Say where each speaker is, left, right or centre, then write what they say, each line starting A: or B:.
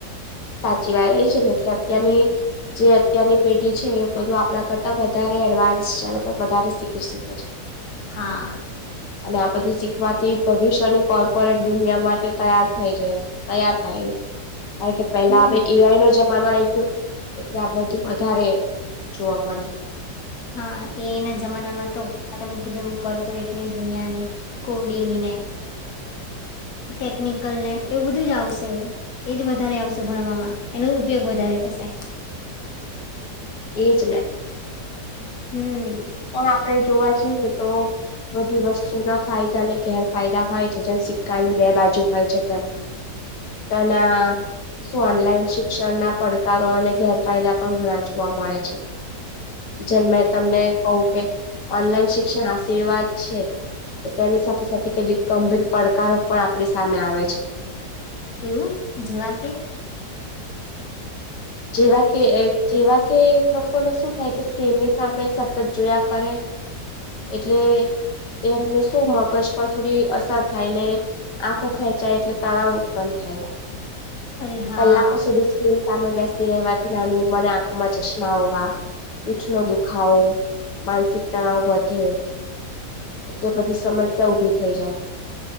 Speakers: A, on the left; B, on the left.
A: સાચી વાત એ છે ને એટલે અત્યારની જે અત્યારની પેઢી છે એ બધું આપડા કરતા વધારે એડવાન્સ છે મતલબ વધારે શીખી શકે છે.
B: હા
A: અને આ બધું શીખવાથી ભવિષ્યની કોર્પોરેટ દુનિયા માટે તૈયાર થઈ છેાય તૈયાર થાય એમ કારણ કે પેલા
B: હમ,
A: હવે એઆઈ નો જ આ ગયો એટલે આ બધું વધારે જોવા મળે
B: હા એના જમાનામાં તો તમે કીધું એ કોર્પોરેટ ની દુનિયાને કોડિંગને
A: <inaudible>
B: ટેકનિકલ ને એવું બધું જ આવશે એજ વધારે આવશે ભણવામાં એનો ઉપયોગ વધારે થશે <inaudible>
A: એ જ ને
B: હમ,
A: પણ આપડે જોવા જઈએ તો બધી વસ્તુના ફાયદા અને ગેરફાયદા હોય છે જેમ સિક્કાની બે બાજુ હોય છે તેમ ત ના ઓનલાઈન શિક્ષણના પડકારો અને ગેરફાયદા પણ ઘણા જોવા મળે છે જેમ મેં તમને કહું કે ઓનલાઈન શિક્ષણ આશીર્વાદ છે. તો તેની સાથે સાથે કેટલીક ગંભીર પડકારો પણ આપણી સામે આવે છે.
B: એવું જેવા કે?
A: જેવા કે જેવા કે લોકોને શું થાય કે સ્ક્રીનની સામે સતત જોયા કરે એટલે એમને શું મગજ પર થોડી અસર થાય ને આંખો ખેંચાય એટલે તળાવ ઉત્પન્ન થ
B: અરે હા,
A: કલાકો સુધી સ્ક્રીન સામે બેસ સી રહેવાથી નાની ઉંમર આંખો માં ચશ્મા હોવા પીઠ નો દુખાવો માનસિક તણાવ વધે એટલે બધી સમસ્યા ઉભી થઈ જાય